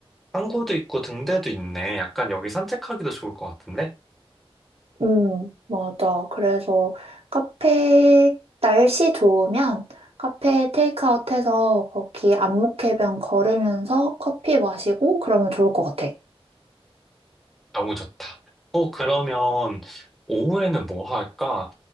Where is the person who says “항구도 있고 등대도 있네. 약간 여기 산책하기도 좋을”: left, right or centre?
Centre